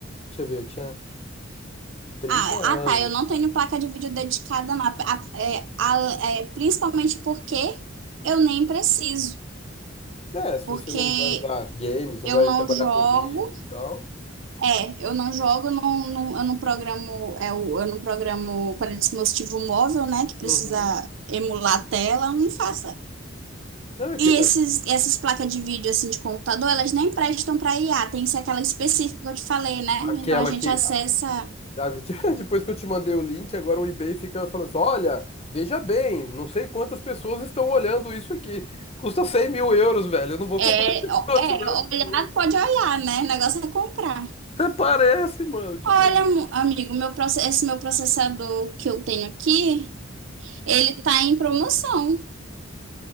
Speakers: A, on the left (about 30°); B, on the right (about 65°).
A: Deixa eu ver, eu tinha trinta
B: Ah, ah, tá.
A: anos.
B: Eu não tenho placa de vídeo dedicada, não. A- é, a- é, principalmente porque eu nem preciso.
A: É, se
B: Porque
A: você não vai usar games, não
B: eu
A: vai
B: não
A: trabalhar
B: jogo.
A: com vídeo e tal.
B: É, eu não jogo, não, não- eu não programo, é, o- eu não programo para dispositivo móvel, né? Que precisa
A: Uhum.
B: emular a tela, eu não faço.
A: Não, é que
B: E
A: eu-
B: esses, essas placas de vídeo assim de computador, elas nem prestam para IA, tem que ser aquela específica que eu te falei, né?
A: aquela
B: Então a gente
A: que.
B: acessa.
A: a- a- <laughs> depois que eu te mandei o link, agora o eBay fica falando assim: olha, veja bem, não sei quantas pessoas estão olhando isso aqui. Custa 100 mil euros, velho. Eu não vou comprar
B: É,
A: esse
B: ó,
A: <laughs> troço,
B: é,
A: não. Você tá
B: olhar
A: louco.
B: pode olhar, né? O negócio é comprar.
A: Até parece, mano. Tipo,
B: Olha, mu- amigo, meu, proce- esse meu processador que eu tenho aqui, ele tá em promoção.